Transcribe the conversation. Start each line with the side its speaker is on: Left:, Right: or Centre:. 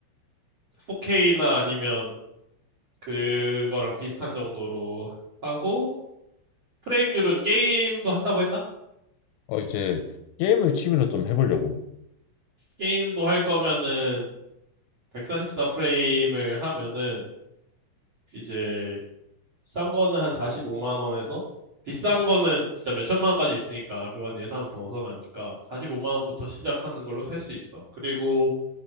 Right: 4K나 아니면 그거랑 비슷한 정도로 하고 프레임률은 게임도 한다고 했나?
Left: 어, 이제 게임을 취미로 좀 해보려고.
Right: 게임도 할 거면은 144 프레임을 하면은 이제 싼 거는 한 45만 원에서 비싼 거는 진짜 몇 천만 원까지 있으니까 그건 예산 벗어나니까 45만 원부터 시작하는 걸로 살 수 있어. 그리고